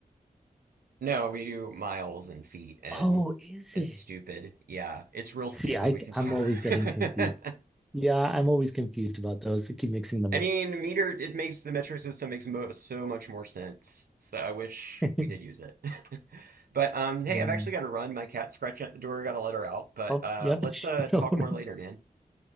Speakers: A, on the right; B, in the centre.
A: <laughs> No, we do miles and feet and
B: Oh, is
A: and
B: it?
A: stupid. Yeah, it's real stupid.
B: See, I,
A: We can talk.
B: i am always getting confused.
A: <laughs>
B: Yeah, I'm always confused about those. I keep mixing them
A: I
B: up.
A: mean, meter, it makes the metric system makes mo so much more sense. So I wish
B: <laughs>
A: we did use it. <laughs> But um, hey,
B: Mm.
A: I've actually got to run. My cat's scratching at the door. Got to let her out. But
B: Oh,
A: uh,
B: yep.
A: let's
B: <laughs>
A: uh, talk
B: No worries.
A: more later, man. <laughs>